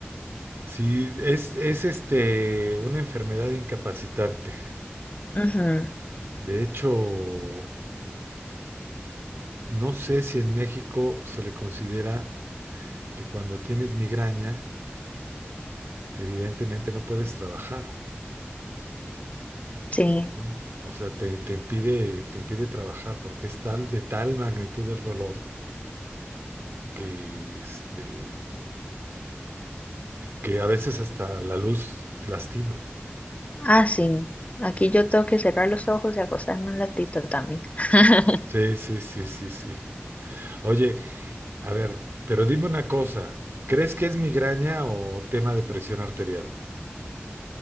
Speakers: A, on the right; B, on the left.
A: sí, es, es este, una enfermedad incapacitante.
B: Ujú,
A: De hecho, no sé si en México se le considera que cuando tienes migraña, evidentemente no puedes trabajar,
B: sí.
A: ¿no? O sea, te, te impide, te impide trabajar porque es tal, de tal magnitud el dolor que este que a veces hasta la luz lastima.
B: Ah, sí. Aquí yo tengo que cerrar los ojos y acostarme un ratito también. <laughs>
A: Sí, sí, sí, sí, sí. Oye, a ver, pero dime una cosa, ¿crees que es migraña o tema de presión arterial?